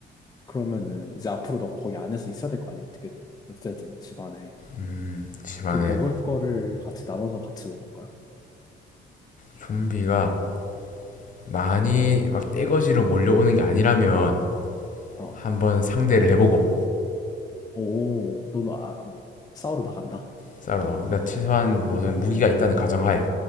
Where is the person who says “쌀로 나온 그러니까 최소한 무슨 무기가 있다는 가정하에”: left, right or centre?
Left